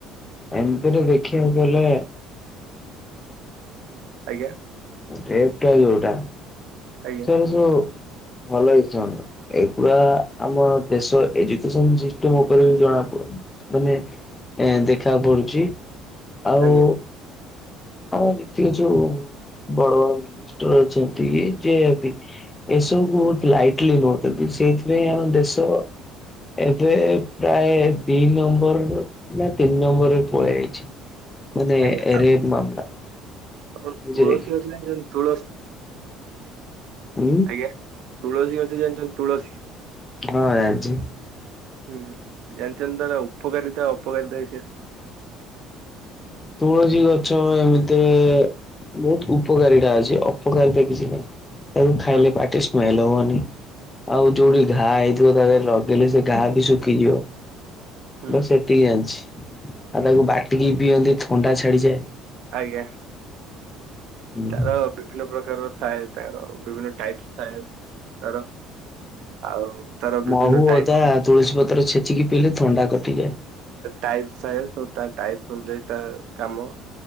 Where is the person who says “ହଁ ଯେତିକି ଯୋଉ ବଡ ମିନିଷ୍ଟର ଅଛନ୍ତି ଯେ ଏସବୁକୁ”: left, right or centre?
Left